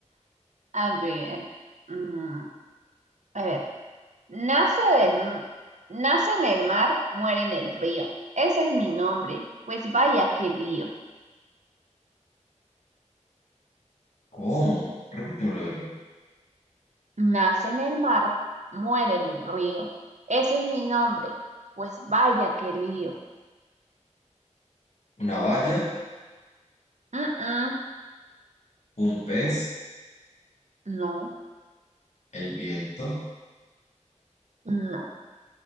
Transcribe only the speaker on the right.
A ver. mm, A ver, nace del, m- nace en el mar, muere en el río. Ese es mi nombre, pues vaya qué lío.
Nace en el mar, muere en el río. Ese es mi nombre, pues vaya qué lío.
Mm, mm,
no,
no.